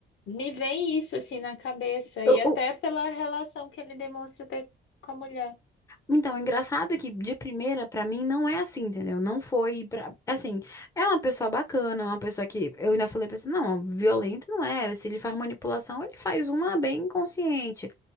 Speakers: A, on the left (about 70°); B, on the left (about 15°).
A: me vem isso assim na cabeça,
B: O,
A: e até pela relação que ele demonstra ter com a mulher.
B: Então, o engraçado é que de primeira, pra mim, não é assim, entendeu? Não foi pra... Assim, é uma pessoa bacana, é uma pessoa que... Eu ainda falei pra você, não, violento não é. Se ele faz manipulação, ele faz uma bem consciente.